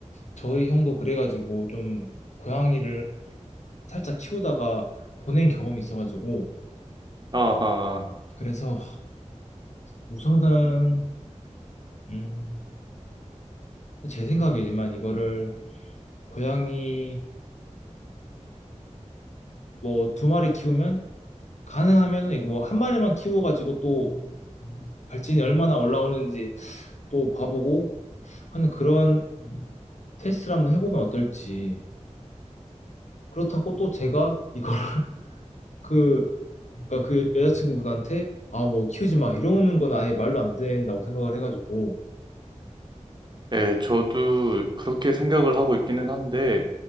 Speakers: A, on the left; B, on the right.
A: 저희 형도 그래가지고 좀 고양이를 살짝 키우다가 보낸 경험이 있어가지고
B: 아하.
A: 그래서 우선은 음, 제 생각이지만 이거를 고양이를 뭐 두 마리 키우면 가능하면은 이거 뭐 한 마리만 키워가지고 또 발진이 얼마나 올라오는지 또 봐보고 하는 그런 테스트를 한번 해보면 어떨지 그렇다고 또 제가 이걸 그, 그러니까 그 여자친구분한테 아, 뭐 키우지 마 이러는 건 아예 말로 안 된다고 생각을 해가지고
B: 예, 저도 그렇게 생각을 하고 있기는 한데